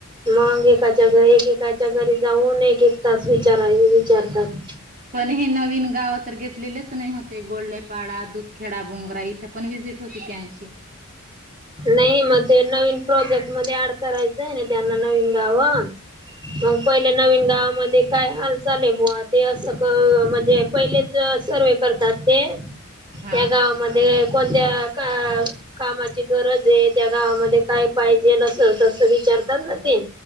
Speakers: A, on the right (about 25°); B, on the right (about 40°).
A: मग एकाच्या घ एकेकाच्या घरी जाऊन एक एक तास विचारा विचारतात
B: पण हे नवीन गाव तर घेतलेलेच नाही होते गोल्लेपाड दुध खेडा बोंगरा इथे पण वि्हजिट होती त्यांची
A: नाही मग ते नवीन प्रोजेक्ट मध्ये ऍड करायचंय ना त्यांना नवीन गावं मग पहिल्या नवीन गावामध्ये काय हालचा चाले बु ते असं म्हणजे पहिलेच सर्वे करतात ते
B: हा
A: या गावामध्ये कोणत्या कामा गरज आहे त्या गावामध्ये काय पाहिजे अस तस विचारतात ना ते